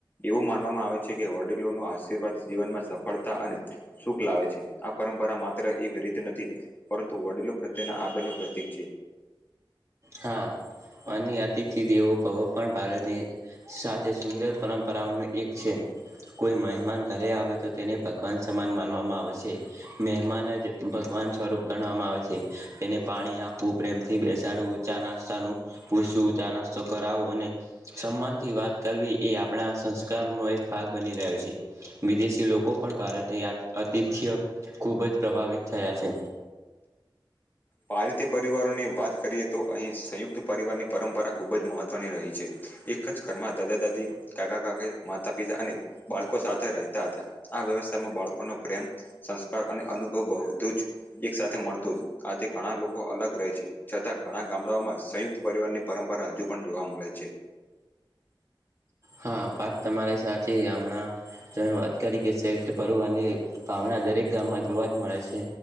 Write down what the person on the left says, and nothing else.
એવું માનવામાં આવે છે કે વડીલોનું આસન આશીવાદ જીવનમાં સફળતા અને સુખ લાવે છે આ પરંપરા માત્ર એક નથી પરંતુ વડીલો પ્રત્યેના આદર ન પ્રતિક છે
પારધી પરિવારોની વાત કરીએ તો અહીં સંયુક્ત પરિવારની પરંપરા ખૂબ જ મહત્વની રહી છે એક જ ઘરમાં દાદા દાદી કાકા કાકા માતા પિતા અને બાળકો સાથે રહેતા હતા આ વ્યવસ્થામાં બાળકોનો પ્રેમ સંસ્કાર અને અનુભવ બધું જ એક સાથે મળતો હત આજે ઘણા લોકો અલગ રહે છે છતાં ઘણા ગામડા માં સંયુક્ત પરિવાર ની પરંપરા હજુ પણ જોવા મળે છે